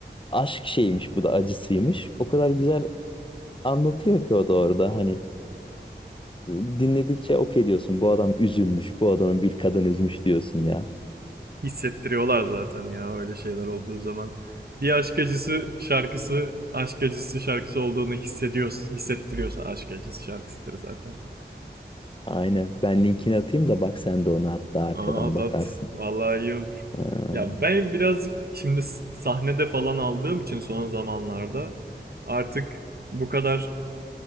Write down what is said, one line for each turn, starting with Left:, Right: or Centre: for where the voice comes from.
Left: Aşk şeymiş bu da acısıymış. O kadar güzel anlatıyor ki o da orada hani e, dinledikçe okey diyorsun. Bu adam üzülmüş. Bu adamı bir kadın üzmüş diyorsun ya.
Right: Hissettiriyorlar zaten ya öyle şeyler olduğu zaman. Bir aşk acısı şarkısı aşk acısı şarkısı olduğunu hissediyoruz. Hissettiriyorsa aşk acısı şarkısıdır zaten.
Left: Aynen. Ben linkini atayım da bak sen de ona hatta arkadan
Right: Aa, at
Left: bakarsın.
Right: at. Vallahi iyi olur.
Left: Ha.
Right: Ya ben birazcık şimdi s- sahnede falan aldığım için son zamanlarda artık bu kadar